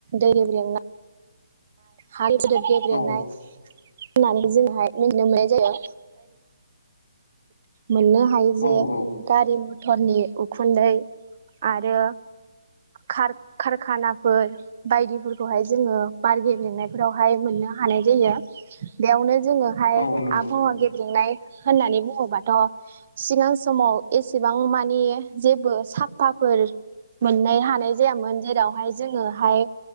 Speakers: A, on the right; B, on the left.
A: दै गेब्रेंनाय हाय गिदिर गेब्रेनाय
B: औ
A: होननानै जोंहाय मिथिनो मोननाय जायो <unintelligible> मोननो हायो जे
B: औ औ
A: गारि मथरनि उखुन्दै आरो खार खारखानाफोर बायदिफोरखौहाय जोंङो बार गेब्लेंनायफोरावहाय मोननो हानाय जायो। बेयावनो जोंङोहाय
B: औ नंगौ
A: आबहावा गेब्लेंनाय होननानै बुंङोबा थ' सिगां समाव एसेबां मानि जेबो साफाफोर मोननो हानाय जायामोन जेरावहाय जोङोहाय